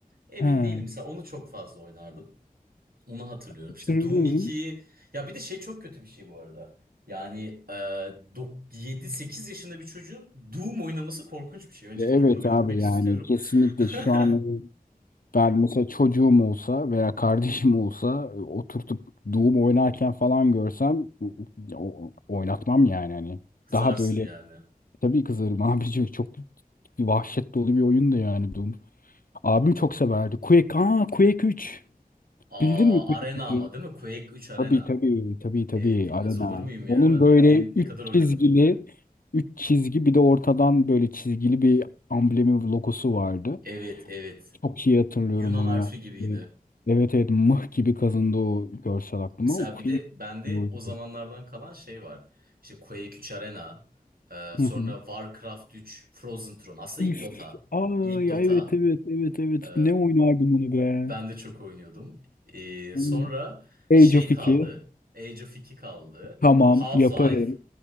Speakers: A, on the right; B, on the left.
A: emin
B: Ha,
A: değilim. Mesela onu çok fazla oynardım. Onu hatırlıyorum.
B: hatırlıyorum.
A: İşte Doom 2'yi ya bir de şey çok kötü bir şey bu arada. Yani e, 7-8 yaşında bir çocuğun Doom oynaması korkunç bir şey. Öncelikle
B: Evet
A: bunu belirtmek
B: abi yani
A: istiyorum.
B: kesinlikle şu
A: <laughs>
B: an Ben mesela çocuğum olsa veya kardeşim olsa e, oturtup Doom oynarken falan görsem e, o- oynatmam yani hani.
A: Kızarsın
B: Daha böyle
A: yani.
B: tabii kızarım <laughs> abici çok bir vahşet dolu bir oyun da yani Doom. Abim çok severdi. Quake, aa Quake üç
A: Aa
B: Bildin mi Quake
A: Arena
B: 3'ü?
A: ama değil mi? Quake üç Arena.
B: Tabii tabii tabii tabii
A: Evet bilmez
B: Arena.
A: olur muyum ya?
B: Onun böyle
A: Hem ne
B: üç
A: kadar oynadım
B: çizgili
A: hem de.
B: üç çizgi bir de ortadan böyle çizgili bir amblemi logosu vardı.
A: Evet evet.
B: Çok iyi hatırlıyorum
A: Yunan
B: onu
A: harfi
B: ya.
A: gibiydi.
B: Ee, Evet evet mıh gibi kazındı o görsel aklıma.
A: Mesela
B: O Quake
A: bir de bende
B: diyordu.
A: o zamanlardan kalan şey var. İşte Quake 3 Arena, e, sonra
B: Hı hı.
A: Warcraft 3, Frozen Throne. Aslında
B: Üf.
A: ilk Dota.
B: Ay
A: İlk Dota.
B: evet evet evet evet.
A: E,
B: Ne oynardım onu be.
A: ben de çok oynuyordum. E, sonra
B: Hı.
A: şey
B: Age of
A: kaldı.
B: 2.
A: Age of 2 kaldı.
B: Tamam
A: Half-Life.
B: yaparım.